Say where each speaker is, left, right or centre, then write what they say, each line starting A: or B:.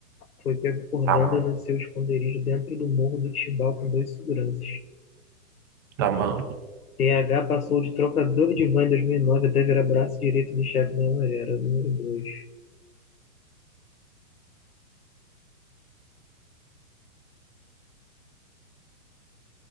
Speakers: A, on the left; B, on the right.
A: Foi pego cordando
B: Tá, mano.
A: no seu esconderijo dentro do morro do Timbal com dois seguranças.
B: Tá, mano.
A: TH passou de trocador de van em 2009 até virar braço direito do chefe da Maré, era o número 2.